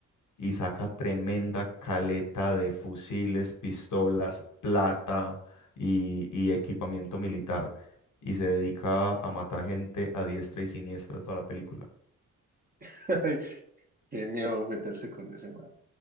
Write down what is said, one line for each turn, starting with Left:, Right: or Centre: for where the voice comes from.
Left: y saca tremenda caleta de fusiles, pistolas, plata y, y equipamiento militar. Y se dedica a matar gente a diestra y siniestra toda la película.
Right: <laughs> qué miedo meterse con ese man.